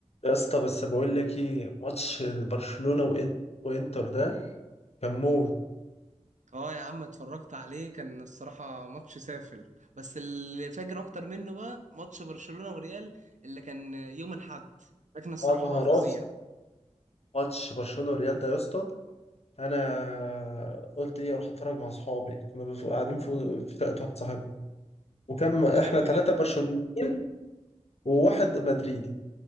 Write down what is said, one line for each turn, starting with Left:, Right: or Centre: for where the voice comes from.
Left: يا اسطى بس بقول لك ايه ماتش برشلونة وإن... وانتر ده كان موت
Right: اه يا عم اتفرجت عليه كان الصراحة ماتش سافل بس اللي فاجر اكتر منه بقى ماتش برشلونة وريال اللي كان يوم الاحد لكن الصراحة
Left: يا نهار
Right: بقى فظيع
Left: أبيض. ماتش برشلونة والريال ده يا اسطى انا قلت ايه اروح اتفرج مع اصحابي كنا بنف- قاعدين في في شقه واحد صاحبنا وكم
Right: طب
Left: احنا
Right: حلو
Left: ثلاثه
Right: ده
Left: برشلونيين وواحد مدريدي